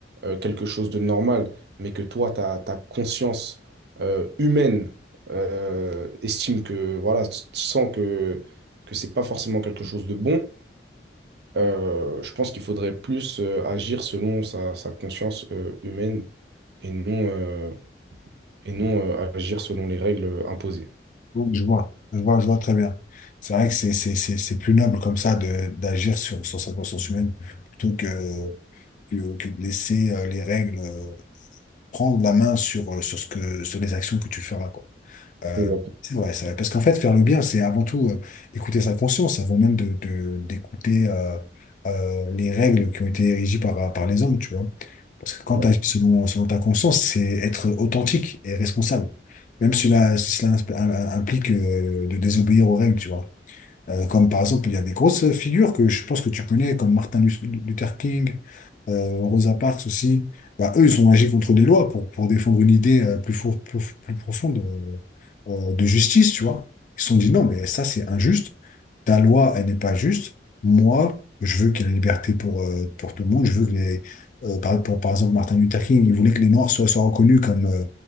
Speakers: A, on the right (about 60°); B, on the left (about 45°).
A: euh, quelque chose de normal, mais que toi, ta, ta conscience euh, humaine euh, estime que, voilà, tu tu sens que, que c'est pas forcément quelque chose de bon, euh, je pense qu'il faudrait plus euh, agir selon sa, sa conscience euh, humaine et non, euh, et non euh, agir selon les règles euh, imposées.
B: Oui, je vois. Je vois, je vois très bien. C'est vrai que c'est c'est- c'est- c'est plus noble comme ça de d'agir sur, sur sa conscience humaine plutôt que, que, que de laisser euh, les règles euh, prendre la main sur, euh, sur, ce que, sur les actions que tu feras, quoi. Euh,
A: Exactement.
B: c'est vrai, c'est vrai. Parce qu'en fait, faire le bien, c'est avant tout euh, écouter sa conscience, avant même de, de- d'écouter euh, euh, les règles qui ont été régies par, par les hommes, tu vois. Parce que quand
A: Ouais,
B: tu agis selon, selon ta conscience, c'est être authentique et responsable. Même si cela, si cela insp- im- implique euh, de désobéir aux règles, tu vois. Euh, comme par exemple, il y a des grosses figures que je pense que tu connais, comme Martin Lus- Luther King, euh, Rosa Parks aussi. Bah, eux, ils ont agi contre des lois pour, pour défendre une idée euh, plus, four- plus, plus profonde euh, euh, de justice, tu vois. Ils se sont dit non, mais ça, c'est injuste. Ta loi, elle n'est pas juste. Moi, je veux qu'il y ait la liberté pour, euh, pour tout le monde. Je veux que les. euh, par, pour- par exemple, Martin Luther King, il voulait que les Noirs soient, soient reconnus comme. euh,